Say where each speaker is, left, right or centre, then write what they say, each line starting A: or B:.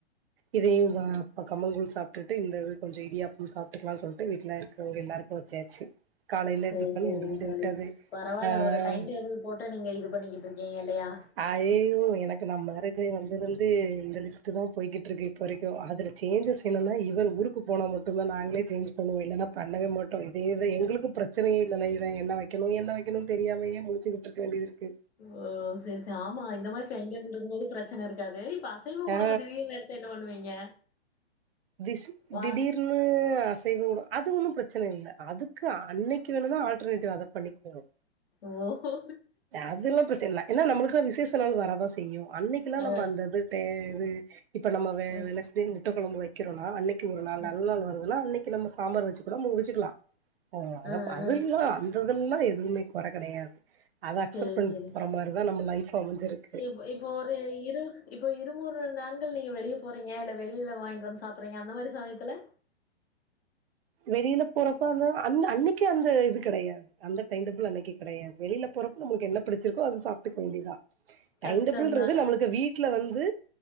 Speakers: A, on the right; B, on the left.
A: இதயும்
B: ம்
A: வா ப கம்மங்கூழ் சாப்ட்டு இந்த து கொஞ்ஜோ இடியாப்ப சாப்ட்க்கலாம்னு சொல்ட்டு வீட்ல இருக்கிற எல்லாருக்கு வச்சாச்சு காலைல
B: செரி
A: டிஃபன்
B: செரிங்க
A: முடிந்து
B: தோழி
A: விட்டது
B: பரவால்ல
A: ஆ
B: ஒரு டைம் டேபிள் போட்டு நீங்க இது பண்ணிக்கிட்டு இருக்கீங்க இல்லயா
A: அய்யய்யோ எனக்கு நா மேரேஜாய் வந்ததுளந்து இந்த லிஸ்ட் தா போய்கிட்டு இருக்கு இப்போ வரைக்கு அதுல சேஞ்சஸ் என்னன்னா இவரு ஊருக்கு போனா மட்டுதா நாங்களே சேஞ்ச் பண்ணுவோ இல்லன்னா பண்ணவே மாட்டோ இதேது எங்களுக்கு பிரச்சனயே இல்லனா இவ என்னா வைக்கணு எல்லா வைக்கணுனு தெரியாமே முளிச்சிகிட்டு இருக்க வேண்டியது இருக்கு
B: ஓ செரி செரி ஆமா இந்த மாரி டைம்டெபிள் இருக்குபோது பிரச்சன இருக்காது இப்ப அசைவ
A: ஆ
B: உணவு திடீனு த்த என்ன பண்ணுவீங்க
A: டிஸ்
B: வா
A: திடீருன்னு அசைவு அது ஒன்னு ப்ரச்சன இல்ல அதுக்கு அன்னெக்கி வேணுன்னா ஆல்டர்னேட்டிவ் அத பண்ணிக்க
B: ஓஹோ
A: அதெல்லா ப்ரச்சன இல்ல எனா நம்மளுக்கு விசேஷ நாள் வரதான் செய்யு அன்னெக்கெல்லா
B: ஆ
A: நம்ம அந்த இது தே வு இப்ப நம்ம வெ
B: ம்
A: வெனஸ்டே முட்ட கொழம்பு வெக்கெறோனா அன்னெக்கு ஒரு நாள்
B: ம்
A: நல்லா நாள் வருதுன்னா அன்னெக்கி நம்ம சாம்பார் வெச்சு கூட முடிச்சுக்லா அல்லாம்
B: ஆ
A: அதெல்லா
B: ஆ
A: அ அந்த இதெல்லா எதுமே கொற கெடயாது அத அக்செப்ட்
B: சரி
A: பண்ட்டு
B: சரி
A: போற மாரிதா நம்ம ஃலைப் அமஞ்சிருக்
B: இப் இப்ப ஒரு இரு இப்ப இருமுறு நாண்கள் நீங்க வெளிய போறீங்க இல்ல வெள்ல வாங்க்ட்டு வந்து சாப்புற்றீங்க அந்த மாரி சமயத்துல
A: வெளியில போறப்ப அந்த அந்த அன்னெக்கே அந்த இது கெடையாது அந்த டைம் டேபிள் அன்னெக்கி கெடயாது வெளில போறப்ப நம்பளுக்கு என்ன பிடிச்சிருக்கோ அது சாப் டுக்க வேண்டிதா டைம்டேபிள்ன்றது
B: கஷ்டந்தா
A: நம்மளுக்கு வீட்ல வந்து